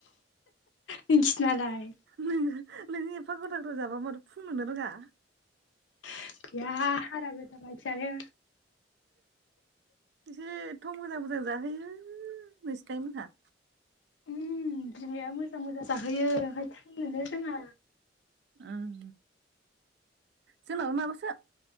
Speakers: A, on the left (about 80°); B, on the right (about 60°).
A: नोंसिनालाय
B: नोंओ नोंनि एफा गोथाव गोथाव जाबाबो माथो फुंनो नो रोङा।
A: गैया हारा गोजा मानसियानो
B: एसेथ' मोजां मोजां जाहोयो नोंसिनि आयमोनहा।
A: ओम बिमाया मोजां मोजां जाहोयो ओंखाय थां नोनो रोङा
B: ओम जोंनाबो माबासो